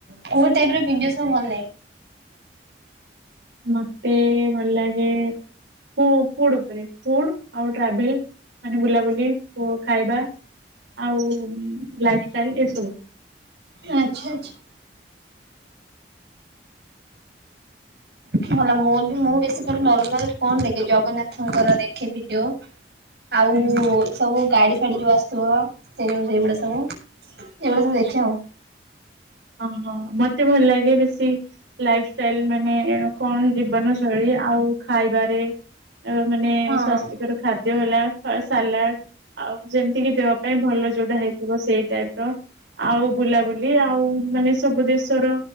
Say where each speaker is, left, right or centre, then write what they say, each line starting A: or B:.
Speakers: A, on the right; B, on the right.
A: କୋଉ ଟାଇପିର ଭିଡିଓ ସବୁ ଭଲ ଲାଗେ?
B: ମତେ ଭଲ ଲାଗେ ଫୁ-ଫୁଡ୍ ଉପରେ। ଫୁଡ୍ ଆଉ ଟ୍ରାଭେଲ ମାନେ ବୁଲାବୁଲି ଓ ଖାଇବା। ଆଉ ଲାଇଫ୍ ଷ୍ଟାଇଲ୍ ଏସବୁ।
A: ଆଚ୍ଛା ଆଚ୍ଛା। ଭଲ ମୋର ବି ମୁଁ ବେଶୀ ଖାଲି ନର୍ମାଲ କଣ ଦେଖେ ଜଗନ୍ନାଥଙ୍କର ଦେଖେ ଭିଡିଓ। ଆଉ।
B: ହୁଁ।
A: ସବୁ ଗାଡି ଫାଡି ଯୋଉ ଆସିଥିବ ସେ ଯୋଉ ସେଇଗୁଡା ସବୁ ଏଇଗୁଡା ସବୁ ଦେଖେ ଆଉ।
B: ଅ ହଁ ମତେ ଭଲ ଲାଗେ ବେଶୀ ଲାଇଫ ଷ୍ଟାଇଲ ମାନେ କଣ ଜୀବନ ଶୈଳୀ ଆଉ ଖାଇବାରେ। ଆଉ ମାନେ
A: ହଁ
B: ସ୍ଵାସ୍ଥ୍ୟକର ଖାଦ୍ୟ ହେଲା। ଆ ସାଲାଟ୍ ଆଉ ଯେମତି କି ଦେହ ପାଇଁ ଭଲ ଯୋଉଟା ହେଇଥିବ ସେଇ ଟାଇପିର। ଆଉ ବୁଲାବୁଲି ଆଉ ମାନେ ସବୁ ଦେଶର